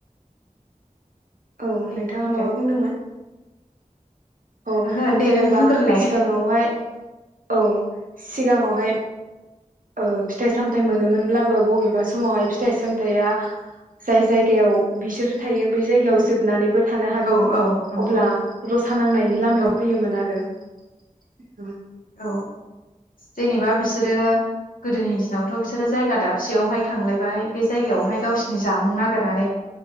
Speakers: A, on the right; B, on the left.
A: औ
B: दे
A: नोंथाङा
B: बुंदो
A: माबा बुंदोंमोन? औ
B: ओहो दे
A: जेनेबा
B: नों बुंग्रोलाय
A: सिगाङावहाय औ सिगाङावहाय। ओ फिथाइ सामथाय मोनोमोनब्लाबो बबेबा समावहाय फिथाइ सामथायाइया जाय जायगायाव बिसोरो थायो, बै जायगायाव जोबनानैबो थानो हागौ
B: ओं औ नंगौ
A: अब्ला रसा नांनाय लामायाव
B: औ
A: फैयोन आरो । उम।
B: औ जेनेबा बिसोरो गोदोनि दिनावथ' बिसोरो जायगा दाबसेयावहाय थांलायबाय, बे जायगायावहाय गावसिनि जामुं नागिरनानै